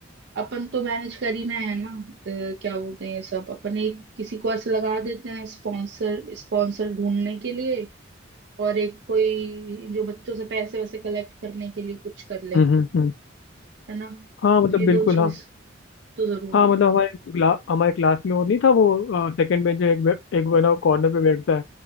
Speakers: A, on the right; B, on the left.
A: अपन तो मैनेज कर ही ना है ना अ, क्या बोलते हैं ये सब अपन एक किसी को ऐसे लगा देते हैं स्पॉन्सर स्पॉन्सर ढूंढने के लिए और एक कोई जो बच्चों से पैसे वैसे कलेक्ट करने के लिए कुछ कर ले
B: हम्म हम्म हम्म।
A: है ना
B: हाँ मतलब
A: ये
B: बिल्कुल
A: दो चीज
B: हाँ
A: तो जरूरी
B: हाँ
A: है
B: मतलब हमारे क्ला, हमारे क्लास में वो नहीं था वो सेकंड बेंच में एक बे- एक वाला कॉर्नर पे बैठता है